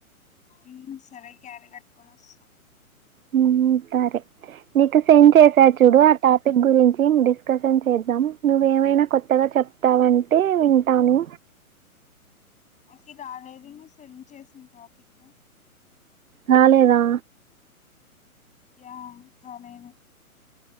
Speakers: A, on the left; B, on the right.
A: మ్మ్ సరే క్యారీ కట్టుకొని వస్తా
B: మ్మ్ సరే నీ కస్ సెండ్ చేసా చూడు ఆ టాపిక్ గురించి డిస్కషన్ చేద్దాం నువ్వేమైనా కొత్తగా చెప్తావంటే వింటాను
A: నాకి రాలేదు నువ్ సెండ్ చేసిన టాపిక్
B: రాలేదా
A: యా చాలేన్